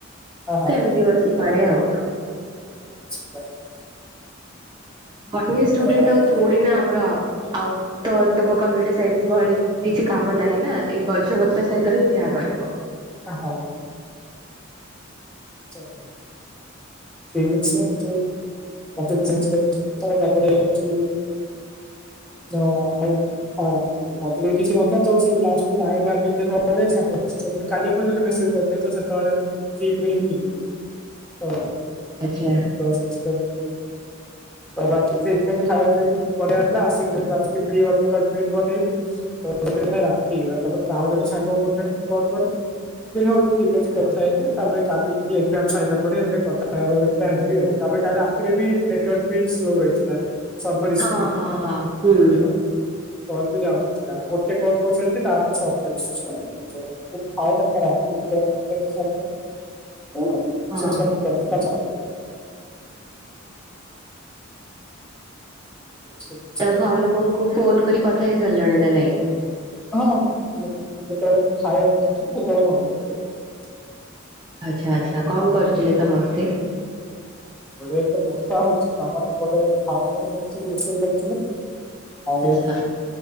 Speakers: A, in the centre; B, on the right.
A: ଆଚ୍ଛା
B: ସେମିତି ବସି କରେ ଆଉ।
A: <inaudible>
B: ବଟନି ଷ୍ଟୁଡେଣ୍ଟ
A: ବଢିଆ ତାହେଲେ।
B: ଆଉ ଥୋଡି ନା ଆମର ଆଉ ତ ତମ କମ୍ପ୍ୟୁଟର ସାଇନ୍ସ ଭଳି କିଛି କାମ ନାହିଁ ନା ଏଇ ଗଛ ଗଛ ସହିତ ବି ଯାହା କରିବ।
A: ଓ ହୋଉ। ତ ସେଇ ଜିନିଷ ମତେ କମ୍ପୁଟର ସାଇନ୍ସ କରିଛ ତମେ ତାପରେ ଏଠି ହଁ ଆଉ ହଁ। ମଝିରେ କିଛିନଥିଲା ତ ସେଠୁ ଲାଷ୍ଟକୁ ପାଣି ମାରିଦେଲି ଯେତେବେଳେ ସାଙ୍ଗମାନଙ୍କ ସହିତ ସେଇଠୁ କାଲି ଆପଣ ଯେତେବେଳେ ମେସେଜ ସେତେବେଳେ ମୁଁ ଜିମ୍ ରେ ହିଁ ଥିଲି ତ
B: ଆଛା।
A: ତ ସେଥିପାଇଁ ଆଉ ବାକି ସେଇଥିପାଇଁ ଖାଇବା <unintelligible> ଆସିକି ସେଠୁ ଆସିକି <unintelligible> ବନେଇଲୁ। ତ ହେଲା ରାତି ତାପରେ ଆଉ ଜଣେ ସାଙ୍ଗକୁ ମୋର ଜଣେ କଲ୍ କଲି। ମୁଁ କହିଲି ହଉ ଠିକ୍ ଅଛି
B: ହଁ
A: କଥା ହେଇଯାଏ ତାପରେ କାଲିକି ଏକ୍ଜାମ ସାଇଲା ପରେ ହେଲେ କଥାବାର୍ତ୍ତା ହେବି ଆଉ ତାପରେ କାଲି ରାତିରେ ବି ନେ ୱାର୍କ୍ ବି ସ୍ଲୋ ରହିଥିଲା ସର୍ଭର୍ ଇସ୍ୟୁ
B: ହଁ
A: ପାଇଁ
B: ହଁ ହଁ ହୁଁ
A: ତ। କଲ୍ ବି ଯାଉନଥିଲା ଗୋଟେ କଲ୍ କରିସାରିଚି ତାପରେ ସର୍ଭର୍ ଇସ୍ୟୁ ଷ୍ଟାର୍ଟ ହେଲା। ଥାଉ ଏଇଟା ରାତିରେ ବି କଲ୍ କରିବା ଟା ଵି ସମ୍ଭବ ନୁହେଁ। <unintelligible>
B: ହଁ।
A: ଆଛା।
B: ତ ଘର ଲୋକଙ୍କୁ ଫୋନ୍ କରି କଥା ହେଇ ସାରିଲଣି ନା ନାଇଁ।
A: ହଁଁ ମୁଁ ଘର ଲୋକକୁ ଯେତେବେଳେ ମୁଁ ଖାଇବାକୁ ବନଉଥିଲି ସେତେବେଳେ ଘରଲୋକଙ୍କ ସହ କଥା ହେଇଯାଇଥିଲି।
B: ଆଛା ଆଛା କଣ କରୁଥିଲେ ସମସ୍ତେ?
A: ଗୋଟେ ତ ବର୍ଷା ହଉଛି ମାମା ସେପଟେ ଭାଉଜଙ୍କ ସହିତ ମିଶିକି ରୋଷେଇ କରୁଥିଲେ। ଆଉ
B: ଆଚ୍ଛା